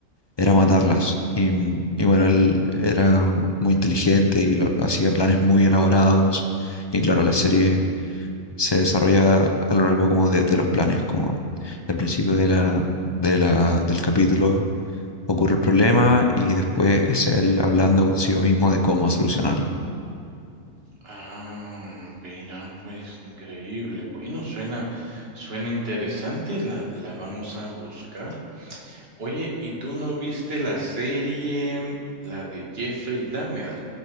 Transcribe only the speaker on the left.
era matarlas. Y, y bueno,
él era muy inteligente y lo- hacía planes muy elaborados. Y claro, la serie se desarrolla a lo largo como de, de los planes, como al principio de la, de la, del capítulo ocurre el problema y después es él hablando consigo mismo de cómo solucionarlo.